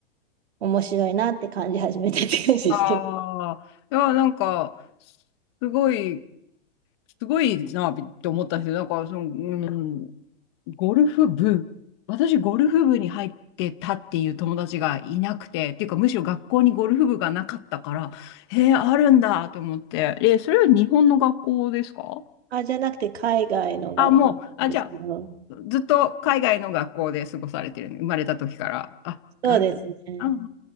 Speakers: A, on the right; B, on the left.
A: 面白いなって感じ始めたって感じですけど、
B: ああ、いや、なんか、すごい、すごいなって思ったんですよ。なんか、その、うん、ゴルフ部、私、ゴルフ部に入ってたっていう友達がいなくて、っていうか、むしろ学校にゴルフ部がなかったから、へえ、あるんだと思って。え、それは日本の学校ですか
A: あ、じゃなくて海外の学校なんですけど、
B: あ、もう、あ、じゃあ、ずっと海外の学校で過ごされてる、生まれた時から。あ、なるあ
A: そうですね。